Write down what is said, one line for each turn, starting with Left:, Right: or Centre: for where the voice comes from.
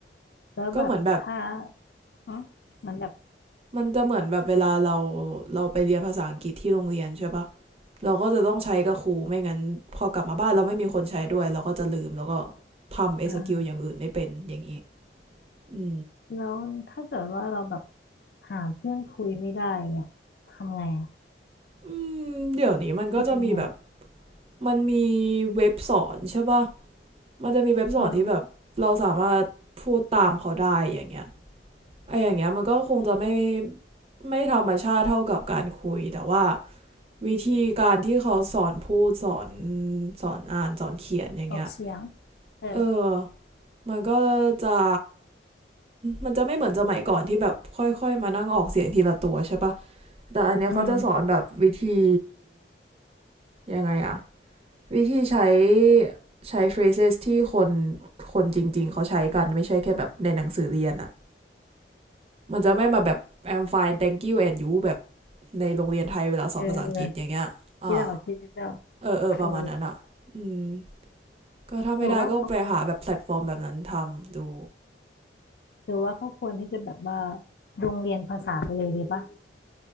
Left: แล้วแบบถ้า
Right: ก็เหมือนแบบ
Left: อ๋อมันแบบ
Right: มันจะเหมือนแบบเวลาเราเราไปเรียนภาษาอังกฤษที่โรงเรียนใช่ปะเราก็จะต้องใช้กับครูไม่งั้นพอกลับมาบ้านเราไม่มีคนใช้ด้วยเราก็จะลืมแล้วก็ทำเอสกิลอย่างอื่นไม่เป็นอย่างนี้
Left: อ่า
Right: อื
Left: แล้วถ้าเกิดว่าเราแบบหาเพื่อนคุยไม่ได้เนี่ยทำไงอ่ะ
Right: อืมเดี๋ยวนี้มันก็จะมีแบบ
Left: ฝึกยังไง
Right: มันมีเว็บสอนใช่ปะ มันจะมีเว็บสอนที่แบบเราสามารถพูดตามเขาได้อย่างเงี้ย
Left: อืม
Right: ไออย่างเงี้ยมันก็คงจะไม่ไม่ธรรมชาติเท่ากับการคุยแต่ว่าวิธีการที่เขาสอนพูดสอนสอนอ่านสอนเขียนอย่างเงี้ย
Left: ออกเสียงเออ
Right: เออมันก็จะมันจะไม่เหมือนสมัยก่อนที่แบบค่อยๆมานั่งออกเสียงทีละตัวใช่ปะแต่อันเนี้ยเขาจะสอนแบบวิธี
Left: อืม
Right: ยังไงอะ วิธีใช้ใช้ phrases ที่คนคนจริงๆเขาใช้กันไม่ใช่แค่แบบในหนังสือเรียนอะมันจะไม่มาแบบ I'm fine thank you and you แบบในโรงเรียนไทยเวลาสอนภาษาอังกฤษอย่างเงี้ย
Left: เออ
Right: อ่า
Left: คิดออกคิดออก
Right: เออเออประมาณนั้นอะอืม
Left: เออ
Right: ก็ถ้าไม่ได้ก็ไปหาแบบแพลตฟอร์มแบบนั้นทำดู
Left: หรือว่าเขาหรือว่าเขาควรที่จะแบบว่าโรงเรียนภาษาไปเลยดีปะ